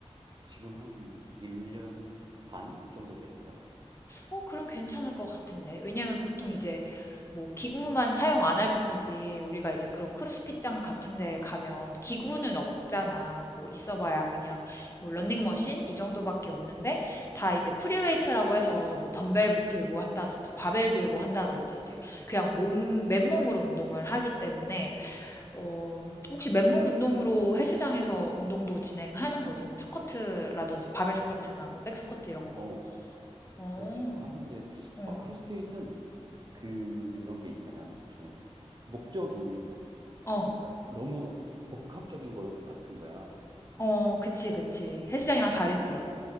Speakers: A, on the right; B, on the left.
A: 지금 한 1년 반 정도 됐어.
B: 어, 그럼 괜찮을 것 같은데. 왜냐면 보통 이제 뭐 기구만 사용 안 할 뿐이지 우리가 이제 그런 크로스핏장 같은 데 가면 기구는 없잖아. 뭐 있어봐야 그냥 뭐 런닝머신 이 정도밖에 없는데 다 이제 프리웨이트라고 해서 뭐 덤벨 들고 한다든지 바벨 들고 한다든지 이제 그냥 몸 맨몸으로 운동을 하기 때문에 어 혹시 맨몸 운동으로 헬스장에서 운동도 진행하는 거지 뭐 스쿼트라든지 바벨 스쿼트나 뭐 백스쿼트 이런 거.
A: 어,
B: 어,
A: 그렇지. 그거 하는데,
B: 어.
A: 아, 크로스핏은 그런 게 있잖아. 좀, 목적이
B: 어,
A: 뭔가 너무 복합적인 것 같은 거야.
B: 어, 그치, 그치. 헬스장이랑
A: 어,
B: 다르지.
A: 그래서,